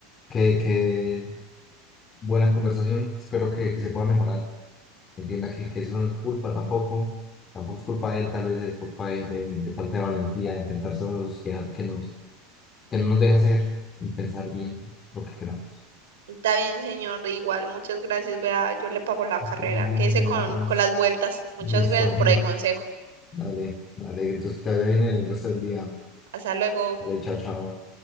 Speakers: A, on the left; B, on the right.
A: que Buena conversación, espero que, que se pueda mejorar. Entienda que, que eso no es su culpa tampoco, tampoco es culpa de él, tal vez es culpa de, de- de falta de valentía, de enfrentarse a la sociedad que, nos, que no nos deja hacer y pensar bien lo que queramos.
B: Está bien, señor, igual, muchas gracias. Vea, yo le pago la
A: Entonces,
B: carrera.
A: sí,
B: Quédese
A: sería
B: con,
A: apenas
B: con las vueltas. Muchas
A: listo,
B: gracias
A: <laughs> hombre.
B: por el consejo.
A: Dale, dale, entonces que te vaya bien en el resto del día.
B: Hasta luego.
A: Dale, chao, chao.